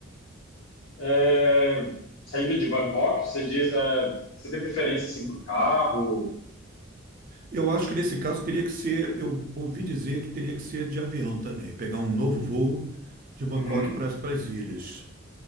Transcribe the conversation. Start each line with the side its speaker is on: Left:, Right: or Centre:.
Left: É, saindo de Bangkok, você diz, é, você tem preferência assim por carro?
Right: Eu acho que nesse caso teria que ser, eu ouvi dizer que teria que ser de avião também, pegar um novo voo de Bangkok
Left: Uhum.
Right: para as ilhas.